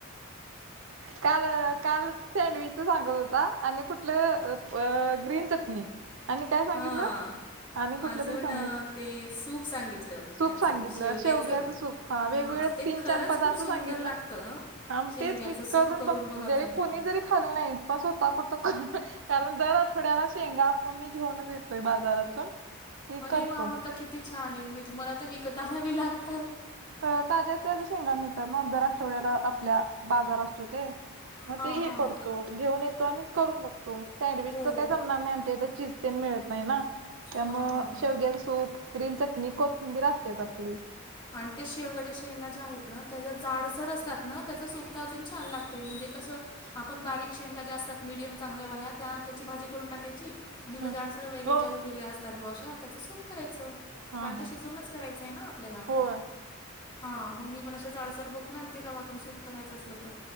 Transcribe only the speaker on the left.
हां
अजून
अ, ते सूप सांगितलं
याचं
शेवग्याचं
हां ते
खरंच
खूप सुंदर
लागतं हं.
शेवग्याचं
सूप
बघा
तुम्ही
अरे
वाम तर किती छान आहे मी तुम्हाला तर विकताना बी लागतात
हां
हां
हो
हां हां हां
आणि ते शेवगाच्या शेंगा ज्या आहेत ना त्याच्या जाडसर असतात ना त्याच सुपता अजून छान लागते म्हणजे कसं आपण बारीक शेंगा ज्या असतात मीडियम चांगल्या वाल्या त्या त्याची भाजी करून टाकायची आणि म
अडसळ वगैरे ज्या
उरलेल्या असतात बॉशा त्याचं सुख करायचं
कां ते
शिजवूनच करायचंय ना आपल्याला
हा मग मी पण अा झाडसर बघून आणते गावातून सूप करायचं असलं तर